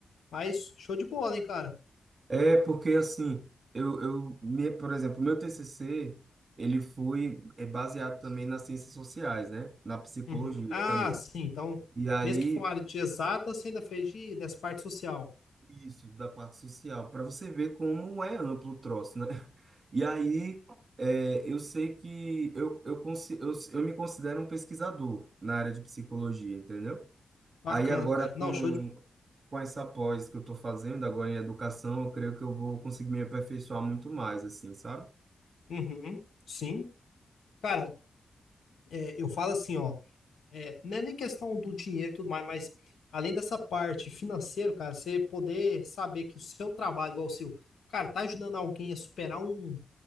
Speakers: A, on the left; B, on the right.
A: Mas show de bola, hein, cara?
B: É, porque assim, eu, eu me, por exemplo, meu TCC, ele foi é baseado também nas ciências sociais, né? Na psicologia
A: Uhum. Ah,
B: também.
A: sim. Então,
B: E aí,
A: mesmo que for uma área de exata, você ainda fez de, dessa parte social.
B: isso, da parte social, para você ver como é amplo o troço, né? E aí, é, eu sei que eu, eu, consi- eu, eu me considero um pesquisador na área de psicologia, entendeu?
A: Bacana,
B: Aí agora
A: cara. Não,
B: com,
A: show de.
B: com essa pós que eu estou fazendo agora em educação, eu creio que eu vou conseguir me aperfeiçoar muito mais, assim, sabe?
A: Uhum. Sim. Cara, é, eu falo assim, ó. é, não é nem questão do dinheiro e tudo mais, mas além dessa parte financeira, cara, você poder saber que o seu trabalho, igual o seu, cara, tá ajudando alguém a superar um,